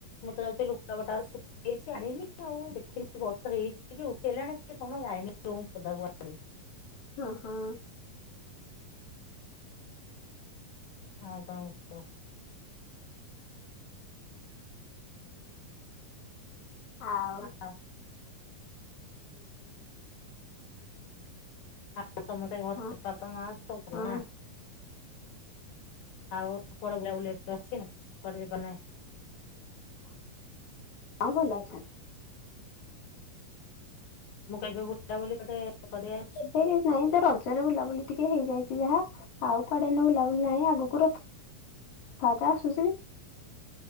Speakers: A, on the left (about 70°); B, on the left (about 50°).
A: ମତେ ଲାଗୁଛି ଲୁଗାପଟାରା ସୁ ଇଛି ଆଣିନି ଆଉ ଦେଖିନି ବର୍ଷ ହେଇଛି କି ଉଠେଇଲାଣି କଣ ଯାଇନି ରୁମ୍ ରୁ <unintelligible>
B: ହଁ ହଁ।
A: ହ କଣ କହ?
B: ଆଉ
A: ହଁ।
B: <inaudible>
A: ଆଉ ସମସ୍ତେ ଘରେ
B: ହଁ
A: ବାପା ମା ସବୁ ଭଲ
B: ହଁ
A: ନା। ଆଉ କୁଆଡ଼େ ବୁଲାବୁଲି ଅଛି ନା କିଛି କରିିବ ନାହିଁ।
B: ହଁ ଭଲ ଅଛି
A: ମୁଁ କହିବି ବୁଟା ବୋଲେ ତୋତେ କରିବା।
B: ଏବେ କିଛି ନାହିଁ ତ ରଜରେ ବୁଲାବୁଲି ଟିକେ ହେଇଯାଇଛି ଯାହା। ଆଉ କୁଆଡେ ଏଇନେ ବୁଲା ବୁଲି ନାହିଁ ଆଗକୁ ରଥ ଥାତ୍ରା ଆସୁଛି